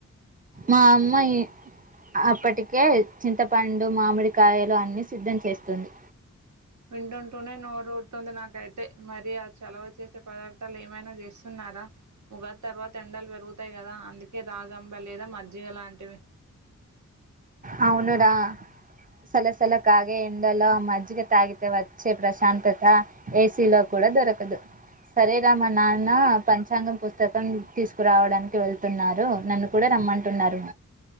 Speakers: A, on the right; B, on the right.
A: మా అమ్మ ఈ అప్పటికే చింతపండు మామిడికాయలు అన్ని సిద్ధం చేస్తుంది
B: వింటుంట్టూనే నోరూ ఊరుతుంది నాకైతే మరి అది చాల వచ్చ నిల్వ చేసే పదార్థాలు ఏమైనా చేస్తున్నారా ఉగా తర్వాత ఎండాలు పెరుగుతాయి కదా అందుకు ఇ రాగంబ లేదా మజ్జిగ లాంటివి
A: అవును రా సలసల కాగే ఎండలో మజ్జిగ తాగితే వచ్చే ప్రశాంతత ఏసీలో కూడా దొరకదు సరేరా మా నాన్న పంచాంగం పుస్తకం తీసుకురావడానికి వెళ్తున్నారు నన్ను కూడా రమ్మంటున్నారు